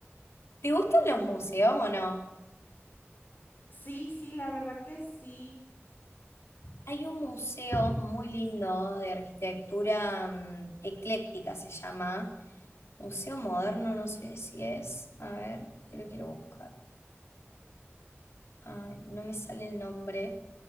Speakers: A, on the left; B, on the left.
A: ¿Te gustan los
B: Y
A: museos o no?
B: sí, sí, la verdad que sí.
A: Hay un museo muy lindo de arquitectura mm, ecléctica, se llama. Museo Moderno, no sé si es. A ver, te lo quiero buscar. Ay, no me sale el nombre.